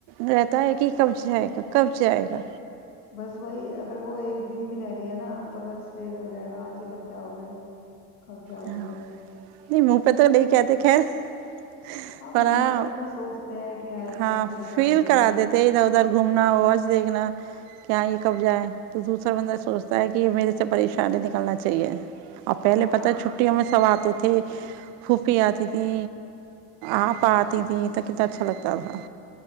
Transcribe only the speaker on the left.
بس وہی اگر وہ ایک دن بھی رہلیا ن تو بس دیر رہے گا ہاں ج ہی کب جاؤ گے کب جاؤ
گے
من
میں تو اپنے سوچتے ہیں کہ آئے پت
نہیں کب جائیں
گے
ہاں